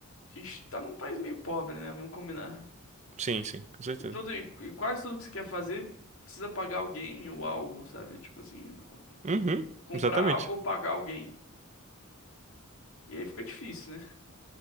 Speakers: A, on the left; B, on the right.
A: a gente tá num país meio pobre, né? Vamos combinar.
B: Sim, sim, com certeza.
A: E tudo, e e quase tudo que você quer fazer precisa pagar alguém ou algo, sabe? Tipo assim, ou
B: Uhum,
A: comprar
B: exatamente.
A: algo ou pagar alguém. E aí fica difícil, né?